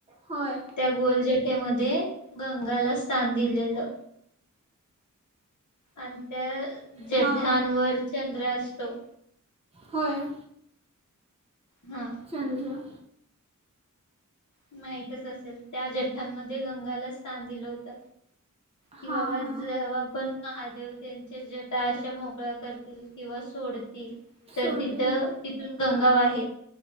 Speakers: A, on the right (about 20°); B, on the left (about 65°).
A: होय
B: त्या गोल जटेमध्ये... गंगाला स्थान दिलेलं... आणि त्या जठांवर
A: हां
B: चंद्र असतो...
A: होय...
B: हा
A: चंद्र..
B: माहित... तच असेल त्या जठांमध्ये गंगाला स्थान दिलं होत कि
A: हां
B: बाबा
A: हां
B: जेव्हा पण महादेव त्यांचे जटा अशा मोकळ्या करतील किंवा सोडतील तर
A: सोडते
B: तिथ तिथून गंगा वाहेल....